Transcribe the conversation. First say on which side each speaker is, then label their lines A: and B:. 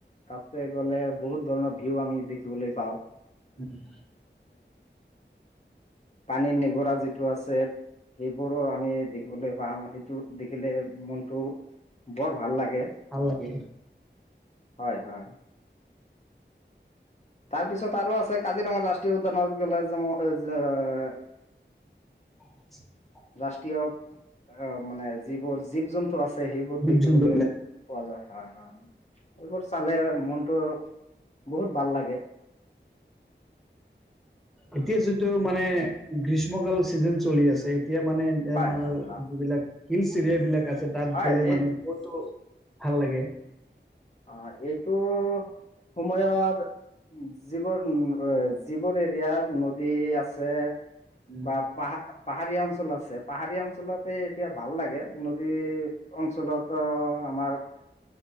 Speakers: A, on the left; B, in the centre.
A: তাতে গ'লে বহুত ধৰণৰ ভিউ, আমি দেখিবলৈ পাওঁ।
B: উম,
A: পানী নিগৰা যিটো আছে, সেইবোৰো আমি দেখিবলৈ পাম। টো, দেখিলে মনতটো বৰ ভাল লাগে।
B: ভাল লাগে
A: হয়, হয়। তাৰ পিছত আৰু আছে, কাজিৰঙাত ৰাষ্ট্ৰীয় উদ্যানত গ'লে, <inaudible> যে
B: <inaudible>
A: ৰাষ্ট্ৰীয় আহ মানে, যিবোৰ জীৱ-জন্তু আছে, সেইবোৰ
B: জীৱ
A: দেখিবলৈ
B: জন্তুবিলাক।
A: পোৱা যায়। হয়, হয় এইবোৰ চালে মনটো বহুত ভাল লাগে।
B: এতিয়া যিটো মানে, গ্ৰীষ্ গ্ৰীষ্মকাল চিজন চলি আছে, এতিয়া মানে
A: হয়
B: আমাৰ
A: হয়
B: যিবিলাক,
A: হয়
B: হিলচ এৰিয়া বিলাক আছে তাত
A: হয়
B: গ'লে
A: এই
B: মানে, বহুতো ভাল লাগে।
A: অ, সেইটো সময়ত যিবোৰ <unintelligible> যিবোৰ এৰিয়াত নদী আছে
B: উম
A: বা পাহ-পাহাৰীয়া অঞ্চল আছে, পাহাৰীয়া অঞ্চলতে এতিয়া ভাল লাগে নদী অঞ্চলতো আমাৰ